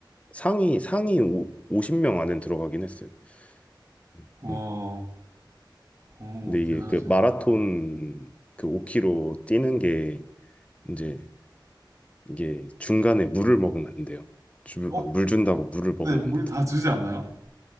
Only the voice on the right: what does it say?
와,
오,
대단하시네요.
네.
어,
네, 물
다 주지 않나요?